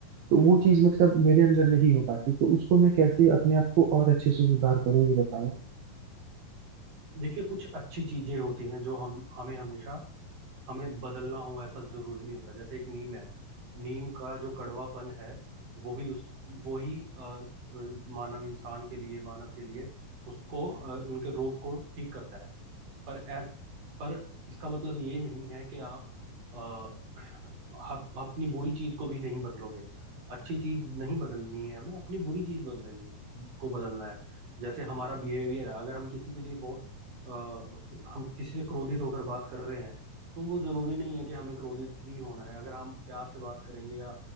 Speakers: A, on the right (about 85°); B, on the right (about 65°).
A: तो वो चीज मतलब मेरे अंदर नहीं हो पाती तो उसको मैं कैसे अपने आप को और अच्छे से सुधार करूँ ये बताओ
B: देखिए कुछ अच्छी चीजें होती हैं जो हम हमें हमेशा हमें बदलना हो ऐसा जरूरी नहीं होता जैसे एक नीम है नीम का जो कड़वापन है वही उस वही अ, अ, मानव इंसान के लिए मानव के लिए उसको अ, उनके रोग को ठीक करता है पर एस पर इसका मतलब ये नहीं है कि आप आ, अपनी बुरी चीज को भी नहीं बदलोगे अच्छी चीज नहीं बदलनी है हमें अपनी बुरी चीज बदलनी को बदलना है जैसे हमारा बिहेवियर है अगर हम किसी के लिए बहुत आ, हम किसी से क्रोधित होकर बात कर रहे हैं तो वो जरूरी नहीं है कि हमें क्रोधित ही होना है अगर हम प्यार से बात करेंगे या